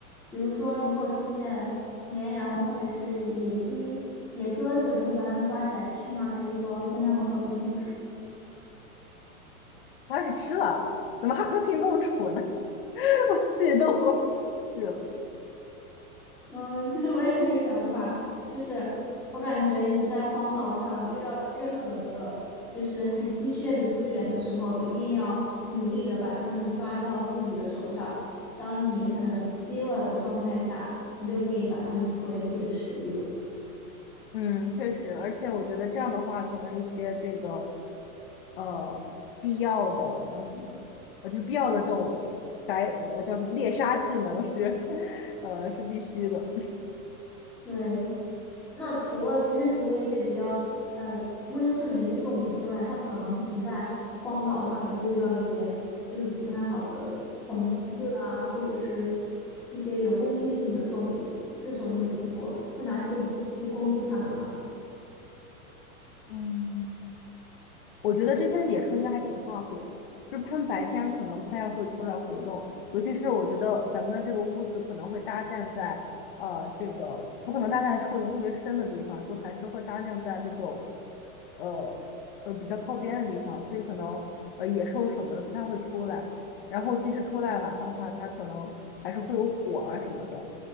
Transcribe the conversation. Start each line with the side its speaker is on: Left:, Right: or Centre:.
Centre: 比如说如果出现绵羊或者是野鸡、野鸽子，你会把它们抓起来吃吗？还是说跟它们和平共处？
Left: 我要是吃了，怎么还和平共处呢？<laughs> 我自己都活不下去了。
Centre: 嗯，其实我也是这个想法，就是我感觉你在荒岛上遇到任何的，就是很稀缺的资源的时候，一定要努力的把它们抓到自己的手上。当你很饥饿的状态下，你就可以把它们作为自己的食物。
Left: 嗯，确实，而且我觉得这样的话，可能一些这个呃必要的叫什么，呃，就是必要的这种白呃叫什么猎杀技能是 <laughs> 呃是必须的。
Centre: 对，那除了其实除了一些比较呃温顺的一些动物之外，那可能你在荒岛上也会遇到一些就是不太好的虫子啊，或者是一些有攻击性的动物，这时候你会怎么做？会拿起武器攻击它们吗？
Left: 嗯。我觉得这些野兽应该还挺怕火的，就是它们白天可能不太会出来活动，尤其是我觉得咱们的这个屋子可能会搭建在呃这个不可能搭建在树林特别深的地方，就还是会搭建在这种呃呃比较靠边的地方，所以可能呃野兽什么的不太会出来，然后即使出来晚上的话，它可能还是会有火啊什么的，